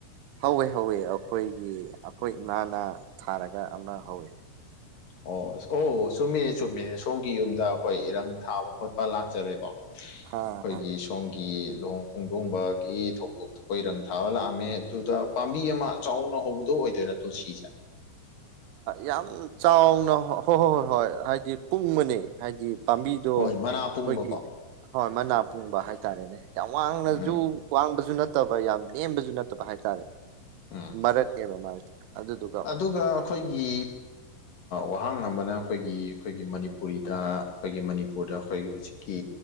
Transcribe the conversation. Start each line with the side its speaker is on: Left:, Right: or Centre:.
Right: ꯍꯧꯋꯦ ꯍꯧꯋꯏ ꯑꯩꯈꯣꯏꯒꯤ ꯑꯩꯈꯣꯏ ꯏꯃꯥꯅ ꯊꯥꯔꯒ ꯑꯃ ꯍꯧꯋꯏ
Left: ꯑꯣ ꯑꯁ ꯑꯣ ꯆꯨꯝꯃꯤꯅꯦ ꯆꯨꯝꯃꯤꯅꯦ ꯁꯣꯝꯒꯤ ꯌꯨꯝꯗ ꯑꯩꯈꯣꯏ ꯏꯔꯪ ꯊꯥꯕ ꯈꯣꯠꯄ ꯂꯥꯛꯆꯔꯦꯀꯣ ꯑꯩꯈꯣꯏꯒꯤ
Right: ꯑꯥ ꯑꯥ
Left: ꯁꯣꯝꯒꯤ ꯂꯍ ꯈꯣꯡꯗꯣꯡꯕꯒꯤ ꯊꯧꯗꯣꯛ ꯑꯩꯈꯣꯏ ꯏꯔꯪ ꯊꯥꯕ ꯂꯥꯛꯑꯝꯃꯦ ꯑꯗꯨꯗ ꯄꯥꯝꯕꯤ ꯑꯃ ꯆꯥꯎꯅ ꯍꯧꯕꯗ ꯑꯣꯏꯗꯣꯏꯔ ꯇꯨꯜꯁꯤꯖ
Right: ꯌꯥꯝ ꯆꯥꯎꯅ ꯍꯣꯏ ꯍꯣꯏ ꯍꯣꯏ ꯍꯣꯏ ꯍꯥꯏꯗꯤ ꯄꯨꯡꯕꯅꯤ ꯍꯥꯏꯗꯤ ꯄꯥꯝꯕꯤꯗꯣ
Left: ꯍꯣꯏ
Right: ꯑꯩꯈꯣꯏꯒꯤ
Left: ꯃꯅꯥ ꯄꯨꯡꯕꯀꯣ
Right: ꯍꯣꯏ ꯃꯅꯥ ꯄꯨꯡꯕ ꯍꯥꯏꯇꯥꯔꯦꯅꯦ ꯌꯥꯝ ꯋꯥꯡꯅꯁꯨ
Left: ꯎꯝ
Right: ꯋꯥꯡꯕꯁꯨ ꯅꯠꯇꯦ ꯅꯠꯇꯕ ꯌꯥꯝ ꯅꯦꯝꯕꯁꯨ ꯅꯠꯇꯕ ꯍꯥꯏꯇꯥꯔꯦ
Left: ꯎꯝ
Right: ꯃꯔꯗꯅꯦꯕ ꯃꯥꯔ ꯑꯗꯨꯗꯨ
Left: ꯑꯗꯨꯒ ꯑꯩꯈꯣꯏꯒꯤ ꯋꯥꯍꯪ ꯑꯃꯅ ꯑꯩꯈꯣꯏꯒꯤ ꯑꯩꯈꯣꯏꯒꯤ ꯃꯅꯤꯄꯨꯔꯤꯗ ꯑꯩꯈꯣꯏꯒꯤ ꯃꯅꯤꯄꯨꯔꯗ ꯑꯩꯈꯣꯏꯒꯤ ꯍꯧꯖꯤꯛꯀꯤ